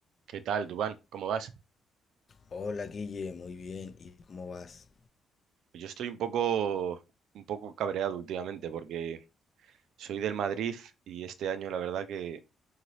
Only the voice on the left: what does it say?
Hola Guille, muy bien. ¿Y cómo vas?